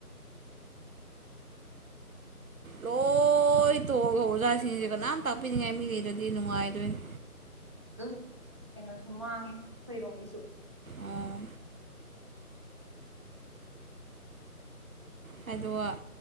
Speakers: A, on the right (about 65°); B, on the right (about 20°).
A: ꯂꯣꯏ ꯇꯣꯛꯑꯒ ꯑꯣꯖꯥꯁꯤꯡꯁꯦ ꯀꯅꯥꯝ ꯇꯥꯛꯄꯤꯅꯤꯡꯉꯥꯏ ꯃꯤꯉꯩꯗꯗꯤ ꯅꯨꯡꯉꯥꯏꯗꯣꯏꯅꯤ
B: ꯑꯗꯨꯝ ꯀꯩꯅꯣꯁꯨ ꯃꯥꯡꯉꯦ ꯈꯣꯏꯔꯣꯝꯒꯤꯁꯨ
A: ꯑꯣ ꯍꯥꯏꯗꯣꯋꯥ